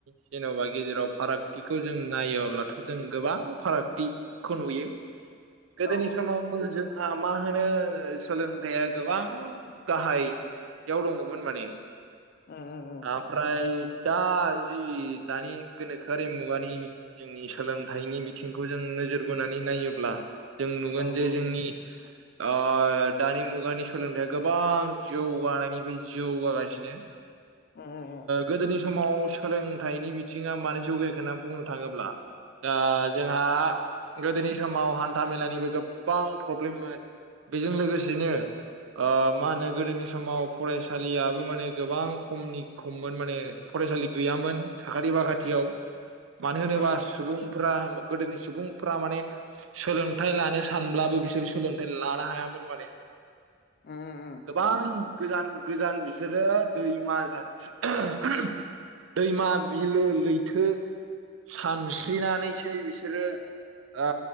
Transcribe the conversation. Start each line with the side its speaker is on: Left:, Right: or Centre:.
Right: जेन'बा गेजेराव फारागथिखौ जों नायोब्ला जों गोबां फारागथिखौ नुयो गोदोनि
Left: औ
Right: समाव जों हा मा होनो सोलोंथाइया गोबां गाहा याव दङमोन माने
Left: उम उम उम
Right: ओमफ्राय दा जि दानि गोनोखोआरि मुगानि जोंनि सोलोंथाइनि बिथिंखौ जों नोजोर बोनानै नायोब्ला जों नुगोन
Left: औ
Right: जे
Left: औ
Right: जोंनि ओ दानि मुगानि सोलोंथाइया गोबां जौगानायनिफाय जौगागासिनो
Left: उम उम उम
Right: गोदोनि समाव सोलोंथाइनि बिथिङा मानोे जौगायाखै होनना बुंनो थाङोब्ला ओ जोंहा गोदोनि समाव हान्था मेलानिबो गोबां प्रब्लेममोन। बेजों लोगोसेनो ओ मा होनो गोदोनि समाव फरायसालियाबो माने गोबां खमनि खममोन माने फरायसालि गैयामोन। साखाथि बाखाथियाव मानो होनोबा
Left: औ औ
Right: सुबुंफोरा गोदोनि सुबुंफ्रा माने सोलोंथाइ लानो सानब्लाबो बिसोरो सोलोंथाइ लानो हायामोन माने।
Left: ओम ओम
Right: गोबां गोजान गोजान बिसोरो दैमा जानस्रि दैमा बिलो लैथो सानस्रिनानैसै बिसोरो ओ